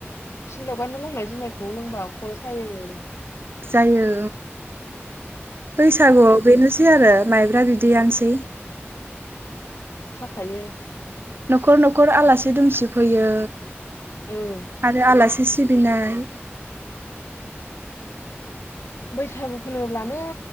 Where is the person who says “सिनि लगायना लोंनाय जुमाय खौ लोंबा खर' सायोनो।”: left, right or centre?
Left